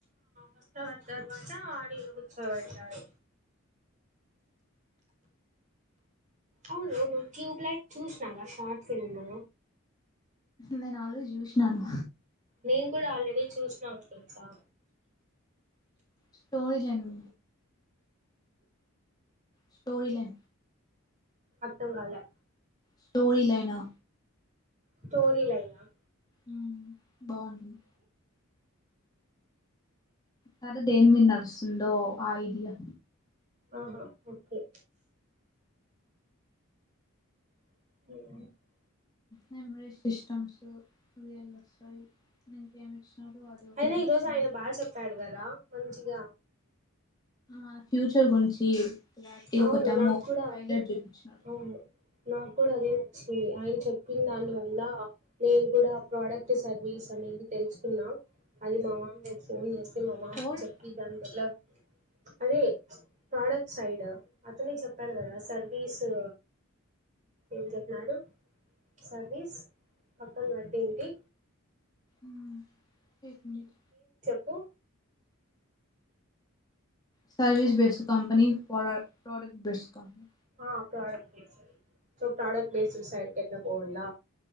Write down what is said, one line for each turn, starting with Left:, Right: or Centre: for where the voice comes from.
Right: వస్తవన్ తర్వాతా ఆడియో కూర్చోపెడతారు అవునువును ట్యూ బ్లైట్ చూస్ నాషినవా షా ట్ సినిమా
Left: నేను ఆల్రెడీ చూస్నాను
Right: నేను కూడా ఆల్రెడి చూస్నాను తెల్సా
Left: స్టోరీ లను స్టో <unintelligible>
Right: అర్థం కాలే
Left: స్టోరీ లైనా
Right: స్టోరీ లైన్ ఆ
Left: ఉం బాగుంటుంది కథ దేని మీ నడుస్తుందో ఆ ఐడియా
Right: ఆహా ఓకే <inaudible>
Left: మెమరీ సిస్టమ్స్ <unintelligible> ఇచ్చినారు అది ఒకటి
Right: అయినా
Left: ఇచ్చినారు
Right: ఈరోజు ఆయన బాగా చెప్పాడు కదా మంచిగా
Left: ఆ ఫ్యూచర్ గురించి ఇలాంటి
Right: అవును
Left: ఒక డెమో
Right: నా కూడా
Left: ట్రైలర్ చూపించినారు
Right: అవును నాకు కూడా అదే వచ్చింది ఆయన చెప్పిన దాని వల్ల నేను కూడా ప్రోడక్ట్ సర్వీస్ అనేది తెలుసుకున్నా అది మా మామయ కు ఫోన్ చేస్ స్తా మా మామ
Left: కోర్
Right: కి చెప్పి దాని పట్లా అదే ప్రాడక్ట్ సైడ్ అతనే చెప్పాడు కదా సర్వీసు ఏం చెప్నాడు సర్వీస్ పక్కన అడ్డేంటి
Left: ఉం ఎక్ మినిట్
Right: ప్పు
Left: సర్వస్ best company product best company
Right: ఆ product base so product base side కి ఎట్ల పోవ్వల్ల